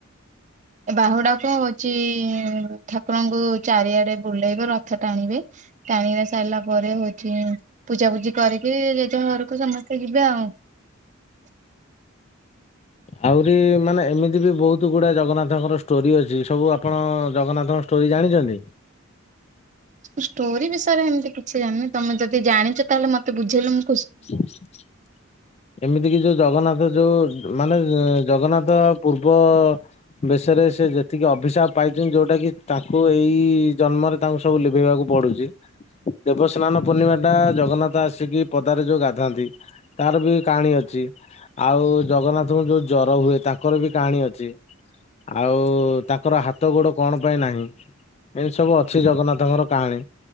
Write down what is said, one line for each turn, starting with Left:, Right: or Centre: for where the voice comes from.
Right: ଏ ବାହୁଡାକୁ ହଉଛି ଠାକୁରଙ୍କୁ ଚାରିଆଡେ ବୁଲେଇବେ ରଥ ଟାଣିବେ। ଟାଣକି ସାରିଲା ପରେ ହଉଛି ପୂଜା ପୂଜି କରିକି ଜେଝା ଘରକୁ ସମସ୍ତେ ଯିବେ ଆଉ
Left: ଆହୁରି ମାନେ ଏମିତି ବି ବହୁତ ଗୁଡା ଜଗନ୍ନାଥଙ୍କର ଷ୍ଟୋରି ଅଛି ସବୁ ଆପଣ ଜଗନ୍ନାଥଙ୍କ ଷ୍ଟୋରି ଜାଣିଛନ୍ତି।
Right: ଷ୍ଟୋରି ବିଷୟରେ ଏମିତି କିଛି ଜାଣିନି ତମେ ଯଦି ଜାଣିଛ ତାହେଲେ ମତେ ବୁଝିଲୁ ମୁ
Left: ହ ଏମିତି କିି ଯୋଉ ଜଗନ୍ନାଥ ଯୋଉ ମାନେ ଜଗନ୍ନାଥ ପୂର୍ବ ବେଶରେ ସେ ଯେତିକି ଅଭିଶାପ ପାଇଛନ୍ତି ଯୋଉଟା କି ତାଙ୍କୁ ଏଇ ଜନ୍ମରେ ତାଙ୍କୁ ସବୁ ଲିଭେଇବାକୁ ପଡୁଛି ଦେବସ୍ନାନ ପୂର୍ଣ୍ଣିମାଟା ଜଗନ୍ନାଥ ଆସିକି ପଦାରେ ଯୋଉ ଗାଧାନ୍ତି ତାର ବି କାହାଣୀ ଅଛି। ଆଉ ଜଗନ୍ନାଥଙ୍କୁ ଯୋଉ ଜର ହୁଏ ତାଙ୍କର ବି କାହାଣୀ ଅଛି। ଆଉ ତାଙ୍କର ହାତ ଗୋଡ କଣ ପାଇଁ ନାହିଁ। ଏମିତି ସବୁ ଅଛି ଜଗନ୍ନାଥଙ୍କର କାହାଣୀ।